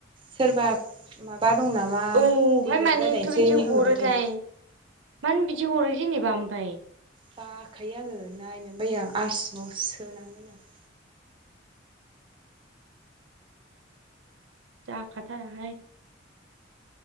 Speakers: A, on the right (about 25°); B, on the right (about 70°).
A: सोरबा मा बा दं नामा
B: औहाय
A: देदो
B: मानो
A: रायलायनोसै
B: एथ' बिदि
A: होनहरबाय
B: हरोथाय
A: थायो।
B: मानो बिदि हरो जेनेबा ओमफाय?
A: बाखायो आङो नायनोनो बायो आं आरसिबावसो सोनानै दोनो आं।
B: जाखाथाराहाय।